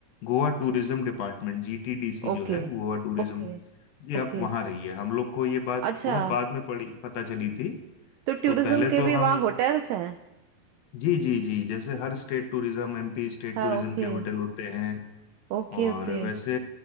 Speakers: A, on the left (about 75°); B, on the right (about 85°).
A: गोवा टूरिज्म डिपार्टमेंट जीटीडीसी
B: Okay
A: जो है गोवा टूरिज्म
B: okay
A: ये
B: okay
A: आप वहाँ रहिए हम लोग को ये बात
B: अच्छा
A: बहुत बाद में पड़ी पता चली थी
B: तो टूरिज्म
A: तो पहले
B: के
A: तो
B: भी वहाँ
A: हम
B: होटल्स हैं
A: जी जी जी जैसे हर state tourism MP state
B: हाँ
A: tourism
B: ओके
A: के होटल होते हैं
B: Okay
A: और
B: okay
A: वैसे